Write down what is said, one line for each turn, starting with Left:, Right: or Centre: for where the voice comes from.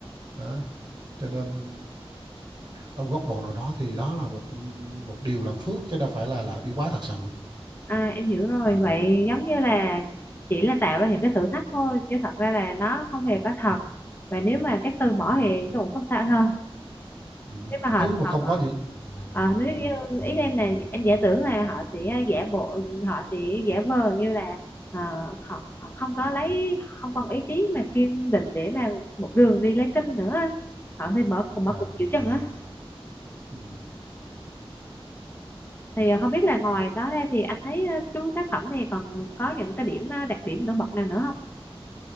Right: Đó. Cho nên ở một góc độ nào đó thì đó là một một điều làm phước chứ đâu phải là là yêu quái thật sự.
Left: à, em hiểu rồi vậy giống như là chỉ là tạo ra những cái thử thách thôi chứ thật ra là nó không
Right: Ừ.
Left: hề có thật và nếu mà các từ bỏ
Right: Ừ.
Left: thì cũng không sao anh ha
Right: Ừ.
Left: nếu mà họ
Right: Nếu như mà
Left: họ
Right: không có những
Left: Ờ, nếu
Right: ừ.
Left: như ý em là em giả tưởng là họ sẽ giả bộ họ sẽ giả vờ như là ờ, họ, họ không có lấy không còn ý chí mà kiên định để mà một đường đi lấy kinh nữa họ thì bỏ cùng bỏ
Right: À.
Left: cuộc chịu chân á
Right: Ừ.
Left: thì ờ, không biết là ngoài đó ra thì anh thấy ờ, chú tác phẩm này còn có những cái điểm ờ, đặc điểm nổi bật nào nữa